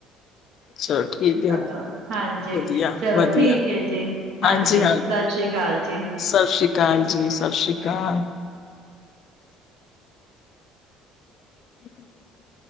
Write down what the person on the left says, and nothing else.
ਚਲੋ ਠੀਕ
ਆ
ਵਧੀਆ
ਵਧੀਆ
ਹਾਂਜੀ ਹਾਂ
ਸਤਿ ਸ਼੍ਰੀ ਅਕਾਲ ਜੀ ਸਤਿ ਸ਼੍ਰੀ ਅਕਾਲ <inaudible>